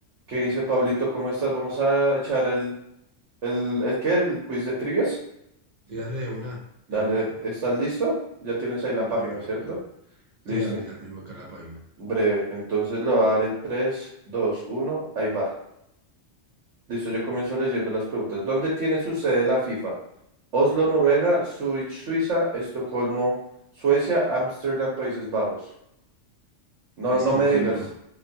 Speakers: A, on the right; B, on the right.
A: ¿Qué dice Pablito? ¿Cómo estás? Vamos a echar el, el, el qué, el quiz de trivias.
B: Sí, dale de una,
A: Dale,
B: de una.
A: ¿estás listo? Ya tienes ahí
B: Sí,
A: la
B: perfecto.
A: página, ¿cierto? Listo,
B: Sí, dale, ya tengo acá la página.
A: breve. Entonces lo va a dar en tres, dos, uno, ahí va. Listo, yo comienzo leyendo las preguntas. ¿Dónde tiene su sede la FIFA? Oslo, Noruega, Zurich, Suiza, Estocolmo, Suecia, Ámsterdam, Países Bajos. No,
B: Estocolmo.
A: no me digas.